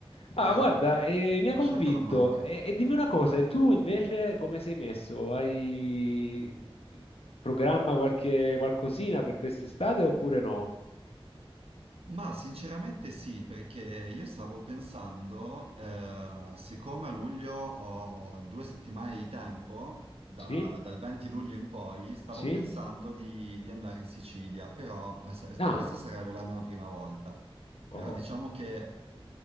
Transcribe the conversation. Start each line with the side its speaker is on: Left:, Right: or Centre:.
Left: Ah,
Right: Eh,
Left: guarda, eh, mi
Right: la
Left: ha convinto.
Right: scelta non manca.
Left: E, e dimmi una cosa, e tu invece come sei messo? Hai mm, programma qualche qualcosina per quest'estate oppure no?
Right: Ma sinceramente sì, perché io stavo pensando, eh, siccome a luglio ho due settimane di tempo, da-
Left: Sì?
Right: dal 20 luglio in poi, stavo
Left: Sì?
Right: pensando di, di andare in Sicilia, però eh, sa-
Left: Ah,
Right: questa sarebbe la mia prima volta. Però
Left: oh.
Right: diciamo che